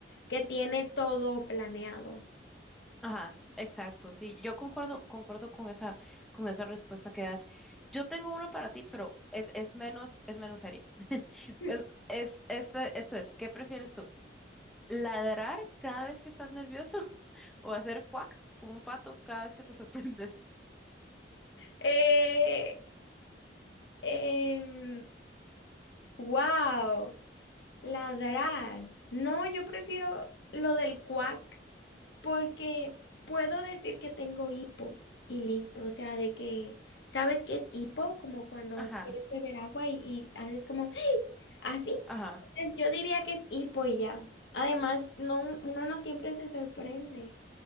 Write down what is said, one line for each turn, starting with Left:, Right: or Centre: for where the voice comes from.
Left: que tiene todo planeado.
Centre: ajá, exacto. Sí, yo concuerdo, concuerdo con esa, con esa respuesta que das. Yo tengo una para ti, pero es, es menos, es menos seria. <laughs>
Left: <laughs>
Centre: Pues, Es, este, esto es, ¿qué prefieres tú? ladrar cada vez que estás nervioso <laughs> o hacer cuac como un pato cada vez que te <laughs> sorprendes.
Left: Eh, em, wow. Ladrar. No, yo prefiero lo del cuac porque puedo decir que tengo hipo y listo. O sea, de que, ¿sabes qué es hipo? Como cuando
Centre: Ajá,
Left: quieres beber agua y, y haces como <gasps> así.
Centre: ajá.
Left: Entonces yo diría que es hipo y ya. Además, no, uno no siempre se sorprende.